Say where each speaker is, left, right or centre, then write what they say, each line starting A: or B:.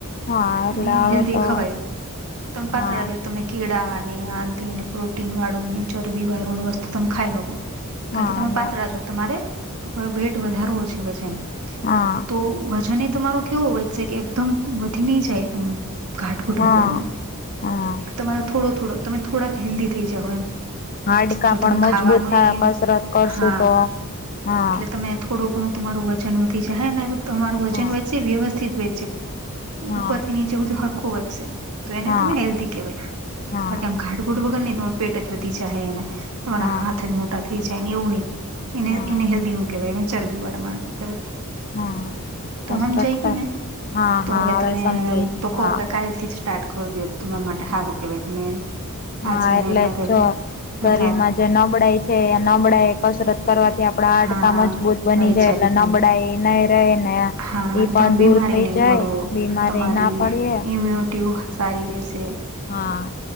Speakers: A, on the left (about 40°); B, on the right (about 80°).
A: હા એટલે
B: અને
A: હવે
B: હેલ્ધી
A: તો
B: ખવાય તમે પાતળા
A: હા
B: ર તમે કેળા ને આંતને પ્રોટીનવાળું ને ચરબીવાળું વસ્તુ તમે ખાઈ હકો.
A: હા
B: કારણ કે તમે
A: અને
B: પાતળા છો તમારે વેઇટ વધારવો છે વજન.
A: હા
B: તો વજન એ તમારું કેવું વધશે કે એકદમ વધી નહી જાય એમ. ઘાટઘૂટ
A: હા
B: વગરનો
A: હા
B: તમારો થોડો થોડો તમે થોડાક હેલ્ધી થઈ જાહો એમ.
A: હાડકા
B: જો તમે
A: પણ મજબૂત
B: ખાવાનું
A: થાય
B: ઈ
A: કસરત કરશું
B: હા
A: તો હા
B: એટલે તમે થોડો ઘણું તમારું વજન વધી જહે ને તમારું વજન
A: હા
B: વચ્ચે વ્યવસ્થિત વે
A: હા
B: ઉપરથી નીચે બધું સરખું વધશે તો એને
A: હા
B: તમે હેલ્ધી કેહેવાય
A: હા
B: બાકી આમ ઘા ઘાટ ઘૂંટ વગર ની તમારું પેટ જ વધી જાહે એને તમારા
A: હા
B: હાથ જ મો ટા થઈ જાય એને એવું નહી એને
A: હા
B: એને હેલ્ધી ન કેહેવાય એને ચરબી વાળા માણસો કેહેવાય.
A: હા કસરત
B: તો હમજાઈ
A: કર
B: ગયુ ને
A: હા
B: તો
A: હા
B: હવે તમે
A: સમજાઈ
B: હું
A: ગયું
B: તો
A: હા
B: કઉ કે કાલથી જ સ્ટાર્ટ કર દયો તમારા માટે સારું કેહેવાય તમે
A: હા
B: આજ જાન્યુઆરી
A: એટલે
B: વારે
A: જો શરીરમાં
B: વધારે
A: જે નબળાઈ છે એ નબળાઈ એ કસરત કરવાથી આપડા હાડકા
B: હા
A: મજબૂત બની
B: વહી
A: જાય એટલે ન બળાઈ નઈ રહે ને
B: હા
A: ઈ
B: અને તમે
A: પણ
B: બીમારી
A: દૂર થઈ
B: નહી
A: જાય
B: પડો
A: બીમારી
B: તમારી
A: ના પડીએ
B: ઇમ્યુન ટી હો સારી રેહશે.
A: હા.